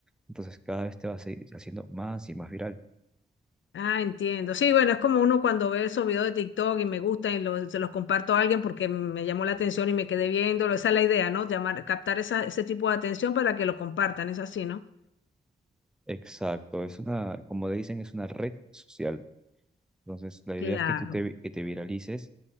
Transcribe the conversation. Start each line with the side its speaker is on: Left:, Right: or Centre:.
Centre: Entonces cada vez te vas a ir haciendo más y más viral.
Left: Ah, entiendo. Sí, bueno, es como uno cuando ve esos videos de TikTok y me gustan y lo- se los comparto a alguien porque me llamó la atención y me quedé viéndolo. Esa es la idea, ¿no? Llamar, captar esa, ese tipo de atención para que lo compartan, es así, ¿no?
Centre: Exacto, es una, como le dicen, es una red social. Entonces la
Left: Claro.
Centre: idea es que tú te, vi- que te viralices